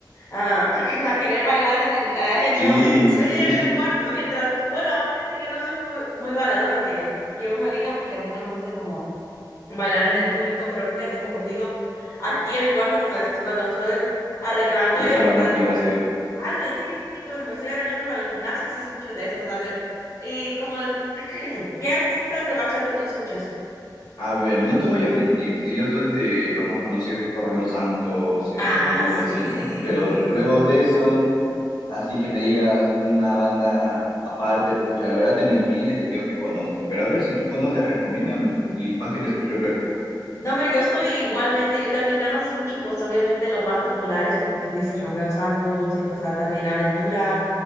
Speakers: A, on the left; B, on the left.
A: a, <clears throat> a querer bailar en el, eh, no,
B: Sí,
A: <laughs> en
B: <laughs> sí, sí,
A: el cuarto mientras, bueno, obviamente yo no soy muy, muy bailadora que, que uno diga porque a mí no me gusta como bailar en el público, pero fíjate como te digo, aquí en mi cuarto como es- cuando me estoy arreglando
B: Te llega
A: y alistando,
B: la motivación.
A: pues, ando, sí, sí, sí, cuando me estoy arreglando para el gimnasio sí escucho de esas, a ver, y como, <clears throat> ¿qué artistas de bachata tú escuchas?
B: A ver, no te voy a mentir, si yo soy de los más conocidos tipo Romeo Santos, eh,
A: Ah,
B: Aventura,
A: sí.
B: así, ¿no? Pero luego de eso, así que me digas una banda aparte, pucha, la verdad te mentiría si te digo que conozco, pero a ver, si tú conoces, recomiéndame y fácil escucho luego.
A: No, hombre, yo estoy igualmente, yo también nada más escucho pues obviamente los más populares, como tú dices, Romeo Santos y pues da también Aventura.